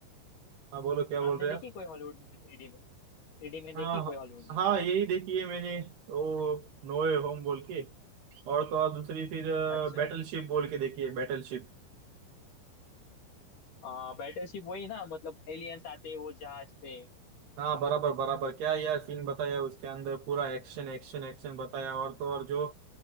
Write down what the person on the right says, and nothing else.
हाँ बोलो क्या बोल
रहे
हैं आप
हाँ
हाँ
हाँ, यही देखी है मैंने वो नोए होम बोल के और तो और दूसरी फिर
बैटलशिप बोल के देखी है बैटलशिप।
हाँ बराबर बराबर क्या यार सीन बताया उसके अंदर पूरा एक्शन एक्शन एक्शन बताया और तो और जो